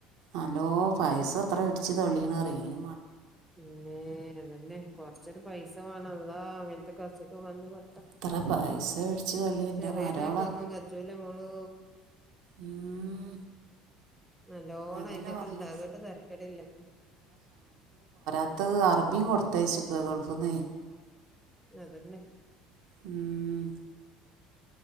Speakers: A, on the right; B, in the centre.
A: ഹലോ പൈസ എത്ര പിടിച്ച് തെളിയണറയ്നി
B: പിന്നെ അതല്ലെ കൊറച്ചൊരു പൈസ വേണള്ളാ ങ്ങനത്തെ കസക്ക വന്ന്
A: എത്ര പായസം ഇടിച്ച് തള്ളി എൻ്റെ
B: ചെറിയതായിട്ട
A: മരോളെ
B: ഒന്നും കജൂല മോളോ
A: ഉം
B: നല്ലോണംയിതൊക്കെ
A: അതല്ല പറഞ്ഞെ
B: ഇണ്ടകട്ട് തെർക്കടില്ല
A: അടുത്ത അറബിയും കൊടുത്തച്ചിക്ക കൊഴപ്പന്ന
B: അ അതല്ലേ
A: ഉം